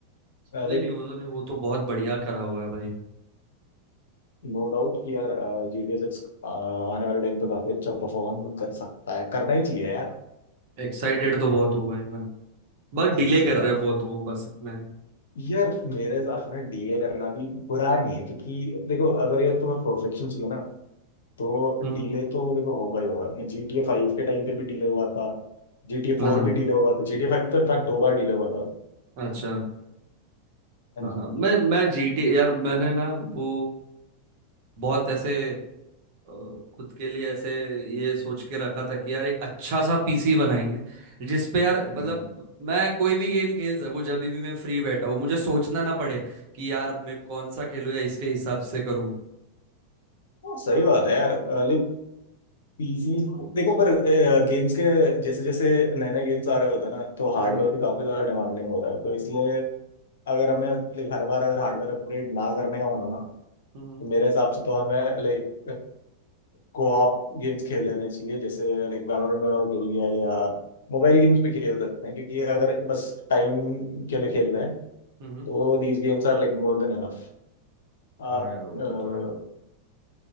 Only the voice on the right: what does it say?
नहीं
नहीं उन्होंने वो तो बहुत बढ़िया करा हुआ है भाई
एक्साइटेड तो बहुत हूँ भाई मैं बस
डिले
कर
रहे हैं बहुत वो बस इतना ही
हम्म
हाँ
अच्छा
हाँ
मैं मैं जीटी यार मैंने ना वो बहुत ऐसे और खुद के लिए ऐसे ये सोच के रखा था कि यार एक अच्छा सा पीसी बनाएंगे जिस पे यार मतलब
मैं कोई भी गेम खेल सकूं जब भी मैं फ्री बैठा हूं मुझे सोचना ना पड़े कि यार मैं कौन सा खेलूं या इसके हिसाब से करूं
हम्म
हम्म
हम्म
हाँ यार वो
तो है